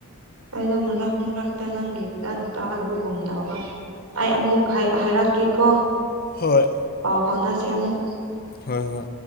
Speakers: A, on the right (about 80°); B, on the left (about 40°).
A: ꯑꯩꯗꯣ ꯃꯔꯛ ꯃꯔꯛꯇ ꯅꯪꯒꯤ ꯐꯖꯅ ꯇꯥꯗꯕꯒꯨꯝ ꯇꯧꯕ ꯑꯩ ꯑꯃꯨꯛ ꯍꯥꯏ ꯍꯥꯏꯔꯛꯀꯦꯀꯣ
B: ꯍꯣꯏ
A: ꯄꯥꯎ ꯐꯥꯎꯅꯁꯦ ꯑꯃꯨꯛ
B: ꯍꯣꯏ ꯍꯣꯏ